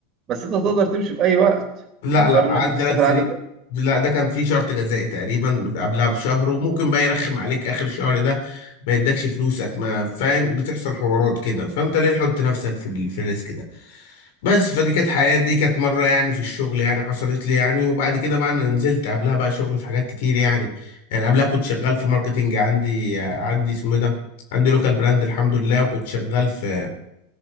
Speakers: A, on the right (about 40°); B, on the left (about 65°).
A: بس انت تقدر تمشي في اي وقت
B: لا
A: هنضطر
B: لا
A: ان
B: قعد
A: انت تفسخ
B: ثلاث
A: العاده
B: سنين
A: في...
B: لا ده كان فيه شرط جزائي تقريبا قبلها بشهر وممكن بقى يرخم عليك اخر الشهر ده ما يدكش فلوسك ما فاهم بتحصل حوارات كده فانت ليه تحط نفسك في ال- في الريسك ده بس فدي كانت حياتي دي كانت مره يعني في الشغل يعني حصلت لي يعني وبعد كده بقى انا نزلت قبلها بقى شغل في حاجات كتير يعني يعني قبلها كنت شغال في ماركتينج عندي عندي اسمه إيه ده عندي لوكال براند الحمد لله وكنت شغال في